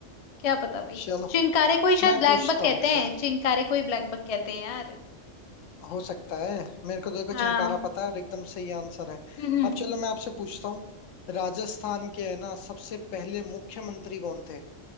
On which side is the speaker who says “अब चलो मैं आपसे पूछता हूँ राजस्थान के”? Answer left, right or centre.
Left